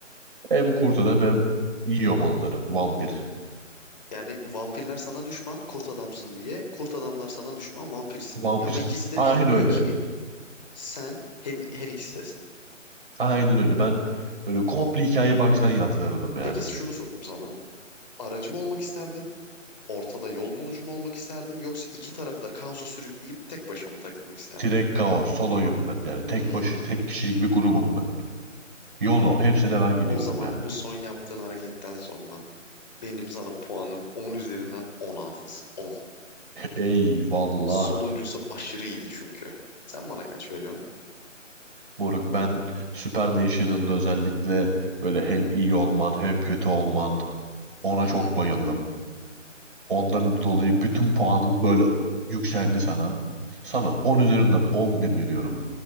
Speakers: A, on the right (about 40°); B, on the left (about 35°).
A: Hem kurt adam hem yiyorum onları. Vampir.
B: Yani vampirler sana düşman, kurt adamsın diye. Kurt adamlar sana düşman, vampirsin
A: Vampirin.
B: diye. Ama ikisi de
A: Aynen
B: bilmiyor
A: öyle.
B: ki sen hem her ikisisin.
A: Aynen öyle. Ben böyle komple hikayeyi baştan yazdırdım yani.
B: Peki şunu sorayım sana. Aracı mı olmak isterdin? Ortada yol bulucu mu olmak isterdin? Yoksa iki tarafı da kaosa sürükleyip tek başına mı takılmak isterdin?
A: Direkt kaos. Soloyum ben. Yani tek
B: Hmm.
A: baş, tek kişilik bir grubum ben. YOLO. Hepsine ben gidiyorum
B: O zaman
A: yani.
B: bu son yaptığın hareketten sonra benim sana puanım 10 üzerinden on hafız. on.
A: Eyvallah.
B: Sonuncusu aşırı iyiydi çünkü. Sen bana kaç veriyorsun?
A: Moruk ben Super National'da özellikle böyle hem iyi olman hem kötü olman ona
B: Hı
A: çok
B: hı.
A: bayıldım. Ondan dolayı bütün puanım böyle yükseldi sana. Sana 10 üzerinden 11 veriyorum.